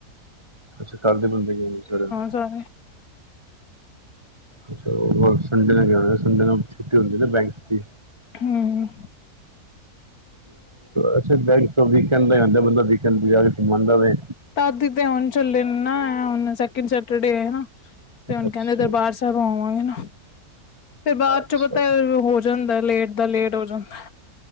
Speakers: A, on the right; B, on the left.
A: ਅੱਛਾ ਕਰਦੇ ਬੰਦੇ ਕਿ ਸ
B: ਜਾਣਾ
A: ਅੱਛ ਸੰਡੇ ਨਾਲ ਗਿਆ ਸੰਡੇ ਨਾਲ ਛੁੱਟੀ ਹੁੰਦੀ ਨਾ ਬੈਂਕ ਦੀ।
B: ਹੂੱ
A: ਅੱਛਾ ਬੈਂਕ ਵੀਕੇਂਡ ਅੰਦਾ ਬੰਦਾ ਵੀਕੈਂਦ ਤੇ ਗੁੰਮ ਆਂਦਾ ਹੈ
B: ਦਾਦੀਤੇ ਹੁਣ ਚਲੇ ਨੇ ਹੁਣ ਸੈਕਿੰਡ ਸਟਰਦੇ ਤੇ ਹੁਣ
A: ਅੱਛਾ
B: ਕਹਿੰਦੇ ਦਰਬਾਰ ਸਾਬ੍ਹ ਵਾਂਗੇ ਨਾ ਫਿਰ ਬਾਅਦ
A: ਅੱਛਾ
B: ਚੋਂ ਪਤਾ ਹੋਰ ਜਾਂਦਾ ਲੇਟ ਦਾ ਲੇਟ ਹੋ ਜਾਂਦਾ